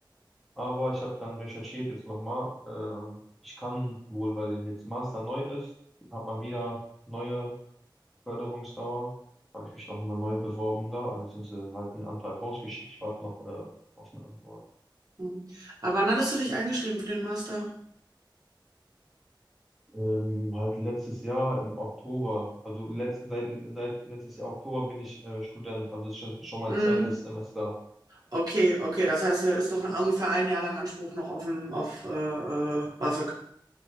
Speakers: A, in the centre; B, on the right (about 45°).
A: Aber ich habe dann recherchiert jetzt nochmal. ähm, ich kann wohl, weil jetzt Master neu ist, hat man wieder neue Förderungsdauer. Habe ich mich nochmal neu beworben da, also beziehungsweise halt einen Antrag rausgeschickt. Ich warte noch äh, auf eine Antwort.
B: Hm. Aber wann hattest du dich eingeschrieben für den Master?
A: Ähm, halt letztes Jahr im Oktober, also letzt, seit, seit letztes Jahr Oktober bin ich äh, Student, also ist schon, schon mein
B: Hm.
A: zweites Semester.
B: Okay, okay, das heißt, du hättest noch ungefähr ein Jahr lang Anspruch noch auf, ein- auf äh, äh, BAföG.